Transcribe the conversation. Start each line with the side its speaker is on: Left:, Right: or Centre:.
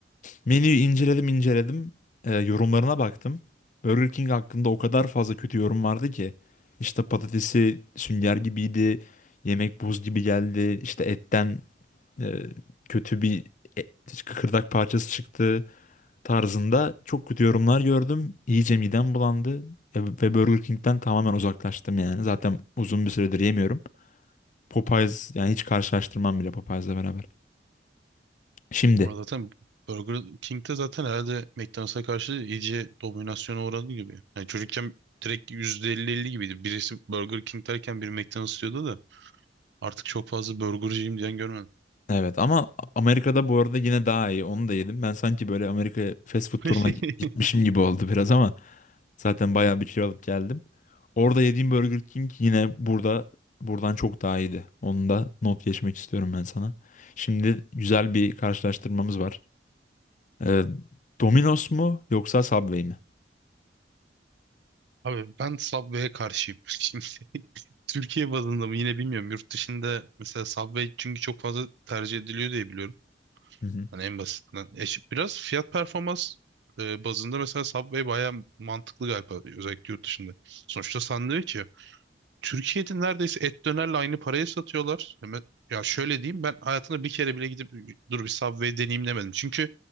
Left: Menüyü inceledim inceledim. E, yorumlarına baktım. Burger King hakkında o kadar fazla kötü yorum vardı ki. İşte patatesi sünger gibiydi. Yemek buz gibi geldi. İşte etten e, kötü bir et, kıkırdak parçası çıktı tarzında çok kötü yorumlar gördüm. İyice midem bulandı. E, ve Burger King'den tamamen uzaklaştım yani. Zaten uzun bir süredir yemiyorum. Popeyes yani hiç karşılaştırmam bile Popeyes'le beraber. Şimdi
Right: Ama zaten Burger King'de zaten herhalde McDonald's'a karşı iyice dominasyona uğradı gibi. Yani çocukken direkt yüzde elli-elli gibiydi. Birisi Burger King derken biri McDonald's diyordu da artık çok fazla burgerciyim diyen görmedim.
Left: Evet ama Amerika'da bu arada yine daha iyi. Onu da yedim. Ben sanki böyle Amerika fast food
Right: <laughs>
Left: turuna gitmişim gibi oldu biraz ama zaten bayağı bir kilo alıp geldim. Orada yediğim Burger King yine burada buradan çok daha iyiydi. Onu da not geçmek istiyorum ben sana. Şimdi güzel bir karşılaştırmamız var. Ee, Domino's mu yoksa Subway mi?
Right: Abi ben Subway'e karşıyım. <laughs> Şimdi Türkiye bazında mı yine bilmiyorum. Yurt dışında mesela Subway çünkü çok fazla tercih ediliyor diye biliyorum.
Left: Hı hı.
Right: Hani en basitinden. E, şi- biraz fiyat performans e, bazında mesela Subway bayağı mantıklı galiba özellikle yurt dışında. Sonuçta sandviç ya. Türkiye'de neredeyse et dönerle aynı paraya satıyorlar. Hemen, ya şöyle diyeyim ben hayatımda bir kere bile gidip dur bir Subway deneyeyim demedim. Çünkü